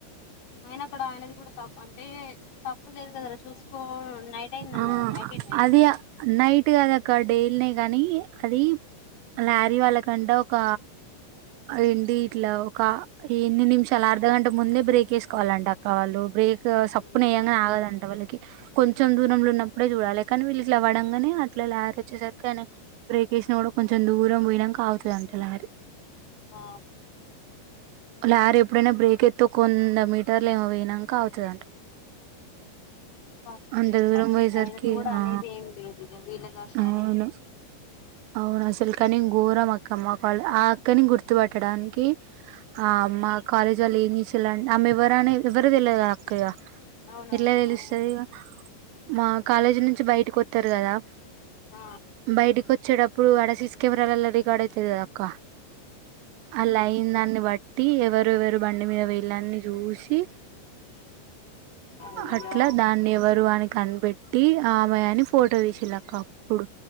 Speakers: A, on the left; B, on the right.
A: అయిన అక్కడ అనేది కూడా తప్పు అంటే తప్పు లేదు కదరా చూసి ఇ నైట్ అయింది అన్న
B: ఆ
A: నైట్ అయిన్ అయింది
B: అది నైట్ కాద అక్క డేల్నే కానీ అది లారీ వాళ్ళ కంట ఒక రెండి ఇట్లా ఒక ఎన్ని నిమిషాలు అర్ధ గంట ముందే బ్రేక్ వేసుకోవాలంట అక్క వాళ్ళు బ్రేక్
A: అయ్యో
B: సొప్పు నెయంగానే ఆగాద అంట వల్ కొంచెం దూరంలో ఉన్నప్పుడే చూడాలి కానీ వీళ్ళు ఇట్లా వడంగనే అట్లా లారీ వచ్చేసరికి అని బ్రేక్ వేసినా కూడా కొంచెం దూరం పోయినంక అగుతదంట లారి
A: ఆ
B: లారీ ఎప్పుడైనా బ్రేక్ ఎత్తే కొంద మీటర్లు ఏమో వేయినొంక అగుతదంటా
A: కష్టలేదు
B: అంత దూరం
A: పాపం
B: పోయేసరికి
A: ఆయన కూడా అనేది
B: ఆ
A: ఏమి లేదు ఇగ వీళ్ళ గాచరమే
B: అవును అవును అసలు కానీ ఘోరం అక్కమ్మళ్ళు ఆ అక్కని గుర్తుపట్టడానికి ఆ మా కాలేజ్ వాల్ ఏం చేసి అమే ఎవరనేది ఎవరికి తెల్వది కదా అక్కయ్య
A: అవునవును
B: ఎట్లా తెలుస్తది ఇగ మా కాలేజీ నుంచి బయటకి వస్తారు కదా
A: ఆ
B: బయటకి వచ్చేటప్పుడు ఆడ సీసీ కెమెరాలలా రికార్డ్ అయితది కదాక్క ఆ లైన్ దాన్ని బట్టి ఎవరు ఎవరు బండి మీద వేళన్ని చూసి
A: అయ్యా
B: అట్లా దాన్ని ఎవరు అని కనిపెట్ పెట్టి ఆమే అని ఫోటో తిసిలాక్క ఇప్పుడు